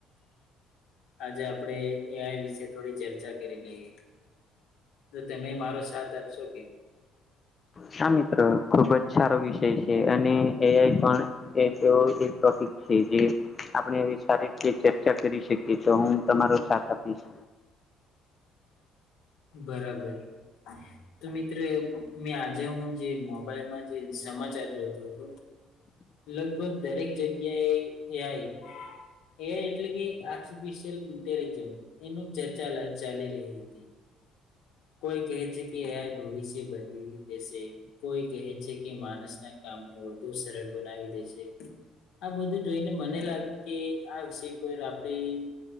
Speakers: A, on the left; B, on the left.
A: આજે આપડે એ આઇ વિશે થોડી ચર્ચા કરી લઈએ તો તમે મારો સાથ આપશો કે
B: હા મિત્રો ખુબ જ સારો વિષય છે અને એઆઈ પણ એ તેવો એક ટોપિક છે જે આપણે હવે સારી રીતે ચર્ચા કરી શકીએ તો હું તમારો સાથ આપીશ
A: બરાબર તો મિત્ર મેં આજે હું જે મોબાઈલમાં જે સમાચાર જેતો તો હતો લગભગ દરેક જગ્યા એ એઆઈ એ એટલે કે આર્ટિફિશિયલ ઇન્ટેલિજન્ એનું ચર્ચા ચાલી રહી હતી કોઈ કહે છે કે એ ભવિષ્ય બદલી દેશે કોઈ કહે છે કે માણસના કામને વધુ સરળ બનાવી દેશે આ બધું જોઈને મને લાગ્યું કે આ વિષય પર આપડે એમ